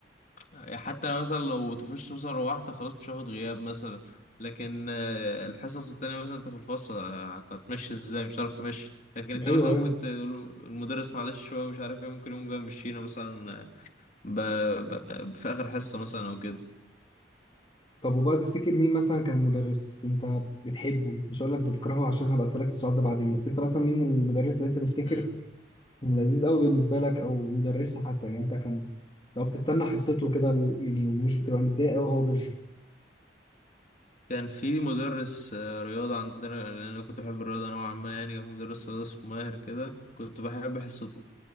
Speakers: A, on the left; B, on the left.
A: يعني حتى أنا مثلا لو طفشت مثلا روحت خلاص مش هاخد غياب مثلا لكن آه، الحصص التانية مثلا انت في الفصل آه، هتمشي ازاي مش هتعرف تمشي لكن انت
B: ايوه
A: مثلا ممكن
B: ايوه
A: تقول المدرس معلش شوية مش عارف ايه ممكن يقوم جاي مشينا مثلا آه، ب... ب... في آخر حصة مثلا او كده
B: طب وبقى تفتكر مين مثلا كان مدرس انت بتحبه مش هقول لك بتكرهه عشان هبقى اسالك السؤال ده بعدين بس انت مثلا مين المدرس اللي انت تفتكر
A: مم.
B: كان لذيذ قوي بالنسبه لك او مدرسه حتى يعني انت كان لو بتستنى حصته كده ال- يعني ومش بتبقى متضايق قوي وهو بيشرح
A: كان في مدرس آه، رياضة عندنا لأن أنا كنت بحب الرياضة نوعا ما يعني كان مدرس رياضة اسمه ماهر كده كنت بحب حصته